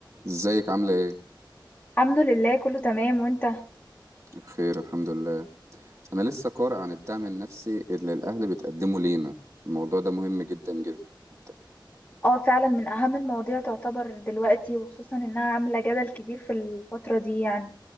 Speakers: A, on the right; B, on the left.
A: ازيك عاملة ايه؟
B: الحمد لله كله تمام وانت
A: بخير الحمد لله انا لسه قارئ عن الدعم النفسي اللي الاهل بتقدمه لينا الموضوع ده مهم جدا جدا
B: اه فعلا من اهم المواضيع تعتبر دلوقتي وخصوصا انها عاملة جدل كبير في الفترة دي يعني